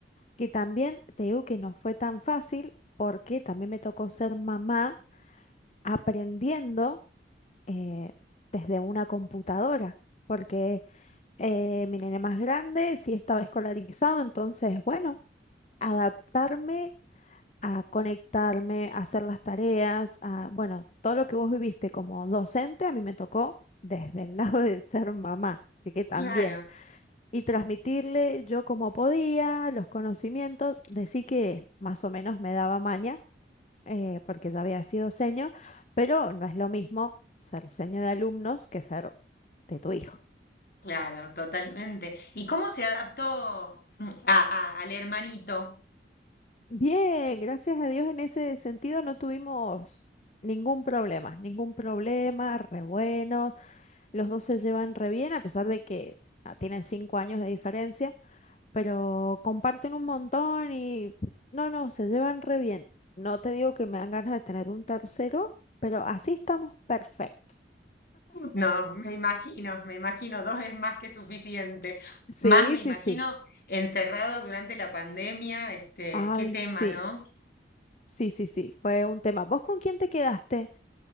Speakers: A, on the left; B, on the left.
A: que también te digo que no fue tan fácil porque también me tocó ser mamá aprendiendo eh, desde una computadora, porque eh, mi nene más grande sí estaba escolarizado, entonces, bueno, adaptarme a conectarme, a hacer las tareas, a, bueno, todo lo que vos viviste como docente, a mí me tocó desde el <laughs> lado de ser mamá. Así que también,
B: Claro,
A: y transmitirle yo como podía los conocimientos, de sí que más o menos me daba maña, eh, porque ya había sido seño, pero no es lo mismo ser seño de alumnos que ser de tu hijo.
B: claro, totalmente. ¿Y cómo se adaptó mm, a- a- al hermanito?
A: Bien, gracias a Dios en ese sentido no tuvimos ningún problema, ningún problema, re bueno, los dos se llevan re bien a pesar de que ah, tienen cinco años de diferencia, pero comparten un montón y no, no, se llevan re bien. No te digo que me dan ganas de tener un tercero, pero así estamos perfectos.
B: No, me imagino, me imagino, dos es más que suficiente.
A: Sí,
B: Más me
A: sí,
B: imagino
A: sí.
B: encerrados durante la pandemia, este,
A: Ay,
B: qué tema,
A: sí.
B: ¿no?
A: Sí, sí, sí, fue un tema. ¿Vos con quién te quedaste?